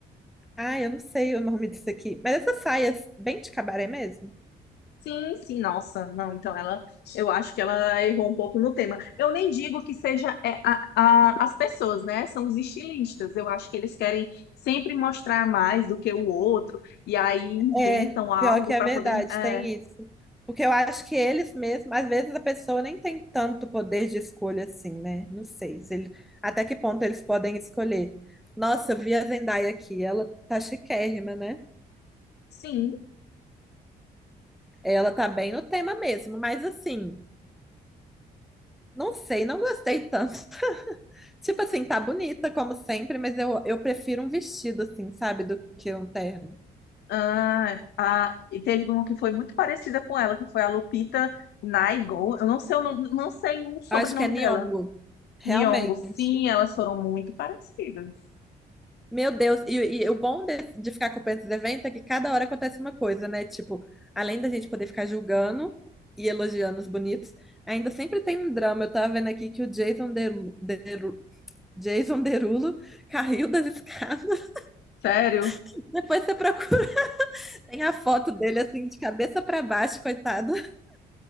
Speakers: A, in the centre; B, on the left.
A: Ah, eu não sei o nome disso aqui. Mas essas saias bem de cabaré mesmo.
B: Sim, sim, nossa, não, então ela, eu acho que ela errou um pouco no tema. Eu nem digo que seja é, a- a- as pessoas, né? São os estilistas. Eu acho que eles querem sempre mostrar mais do que o outro, e aí inventam
A: É,
B: algo
A: pior que é
B: para
A: verdade,
B: poder. é,
A: tem isso. Porque eu acho que eles mesmos, às vezes a pessoa nem tem tanto poder de escolha assim, né? Não sei se ele- até que ponto eles podem escolher. Nossa, eu vi a Zendaya aqui, ela tá chiquérrima, né?
B: sim,
A: Ela tá bem no tema mesmo, mas assim, não sei, não gostei tanto. <laughs> Tipo assim, tá bonita como sempre, mas eu, eu prefiro um vestido assim, sabe, do que um terno.
B: ah, ah, e teve uma que foi muito parecida com ela, que foi a Lupita Nyong'o. Eu não sei o nome, não sei o sobrenome
A: Eu acho que é Nyong'o,
B: dela.
A: realmente.
B: Nyong'o, sim, elas foram muito parecidas.
A: Meu Deus, e, e o bom de, de ficar acompanhando esses eventos é que cada hora acontece uma coisa, né? Tipo, além da gente poder ficar julgando e elogiando os bonitos, ainda sempre tem um drama. Eu tava vendo aqui que o Jason Derulo, Derulo- Jason Derulo caiu das escadas.
B: Sério?
A: <laughs> Depois você procura, tem a foto dele assim, de cabeça pra baixo, coitado.